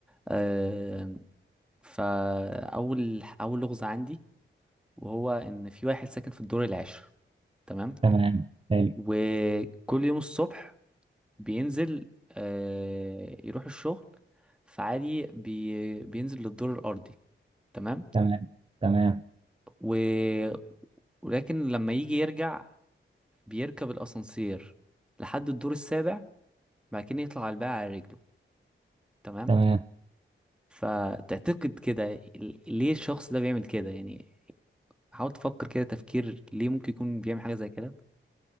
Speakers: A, in the centre; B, on the right (about 25°).
A: آه، فاول اول لغز عندي وهو ان في واحد ساكن في الدور العاشر تمام
B: تمام حلو
A: وكل يوم الصبح بينزل آه، يروح الشغل فعادي بي بينزل للدور الارضي تمام
B: تمام تمام
A: و... ولكن لما يجي يرجع بيركب الاسانسير لحد الدور السابع بعد كده يطلع على الباقي على رجله تمام
B: تمام
A: فتعتقد كده ال- ليه الشخص ده بيعمل كده يعني حاول تفكر كده تفكير ليه ممكن يكون بيعمل حاجة زي كده